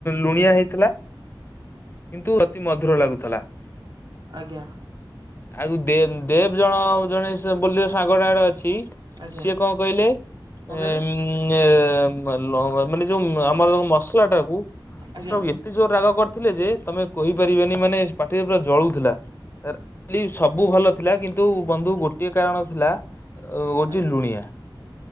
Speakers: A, on the left; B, on the right.
A: ଲୁଣିଆ ହେଇଥିଲା କିନ୍ତୁ ଅତି ମଧୁର ଲାଗୁଥିଲା।
B: ଆଜ୍ଞା।
A: ଆଉ ଦେ ଦେଵ୍ ଜଣ ଆଉ ଜଣେ ସେ ବୋଲି ଜଉ ସାଙ୍ଗଟା ଆଡ଼େ ଅ ଛି
B: ଆଜ୍ଞା
A: ସିଏ କଣ କହିଲେ
B: କଣ
A: ଏ
B: କହିଲେ
A: <unintelligible> ମାନେ ଯୋଉ ଆମର ଯ ମସଲା ଟାକୁ
B: ଆଜ୍ଞା
A: <unintelligible> ଏତେ ଜୋର ରାଗ କରିଥିଲେ ଯେ ତମେ କହିପାରିବେନି ମାନେ ପାଟିରେ ପୁରା ଜଳୁଥିଲା। କାଲି ସବୁ ଭଲ ଥିଲା କିନ୍ତୁ ବନ୍ଧୁ ଗୋଟିଏ କାରଣ ଥିଲା ଓ ଉଛି
B: ଆଜ୍ଞା।
A: ଲୁଣିିଆ